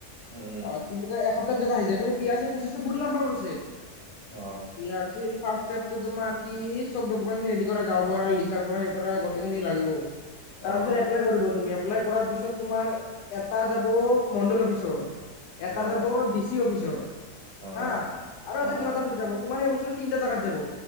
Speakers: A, on the right (about 45°); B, on the left (about 85°).
A: উম উম
B: অ তু বুলি কয় এসপ্তাহৰিতৰত আহি যায় কিন্তু পিয়াছৰ প্ৰচছটো বহুত লম্বা প
A: অ
B: আৰ চিৰ ফাৰ্ষ্ট। তোমাৰ কি চব দকুমেণ্ট কৰা ৰেডী গাওঁবুঢ়া আৰু লিখাৰ পৰা পৰা গোটেইখিনি লাগিব।
A: অ
B: তাৰপিছত এপ্লাই কৰিব তুমি এপ্লাই কৰ পিছত তোমাৰ এটা যাব মণ্ডল অফিচত এটা
A: অ
B: যাব ডিচি অফিচত।
A: অ
B: হা আৰু
A: অ
B: এটা কিবা এটা অফিচত যাব তোমাৰ সেই বস্তু তিনিটা জোগাত যাব